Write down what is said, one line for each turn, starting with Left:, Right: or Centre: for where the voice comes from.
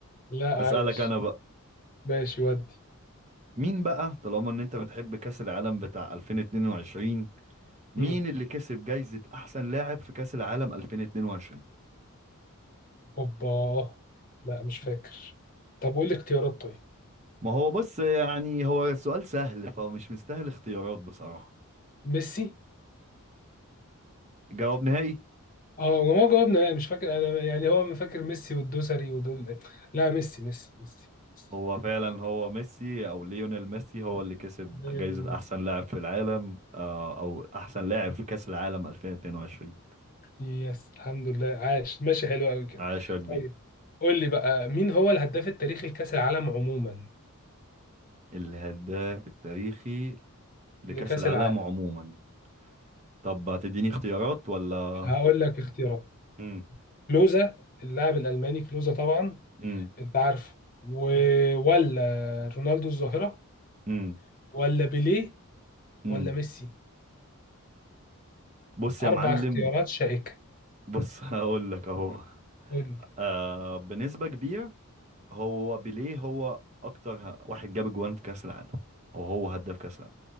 Left: لا عايش
Right: أسألك أنا بقى
Left: ماشي ودي
Right: مين بقى طالما إن أنت بتحب كأس العالم بتاع 2022 مين
Left: مم.
Right: اللي كسب جايزة أحسن لاعب في كأس العالم 2022
Left: اوبا لا مش فاكر طب قول لي اختيارات طيب
Right: ما هو بص يعني هو السؤال سهل فمش مستاهل اختيارات بصراحة
Left: ميسي
Right: جواب نهائي
Left: اه ما هو جاوبنا لا مش فاكر انا يعني هو ما فاكر ميسي والدوسري ودول لا ميسي ميسي ميسي ميسي
Right: هو فعلا هو ميسي او ليونيل ميسي هو اللي كسب
Left: زي
Right: جايزة
Left: اللي ميسي.
Right: احسن لاعب في العالم آه، او احسن لاعب في كأس العالم 2022
Left: يس الحمد لله عاش ماشي حلو قوي كده
Right: عاش يا كبير
Left: طيب قول لي بقى مين هو الهداف التاريخي لكأس العالم عموما
Right: الهداف التاريخي لكأس
Left: لكأس
Right: العالم
Left: العالم
Right: عموما طب هتديني اختيارات ولا
Left: هقول لك اختيارات
Right: امم
Left: كلوزا اللاعب الألماني كلوزا طبعا
Right: امم
Left: انت عارفه و... ولا رونالدو الظاهرة
Right: امم
Left: ولا بيليه
Right: امم
Left: ولا ميسي
Right: بص يا
Left: أربع
Right: معلم
Left: اختيارات شائكة
Right: بص <laughs> هقول لك اهو
Left: قول لي.
Right: آه بنسبة كبيرة هو بيليه هو اكتر واحد جاب جوان في كأس العالم وهو هداف كأس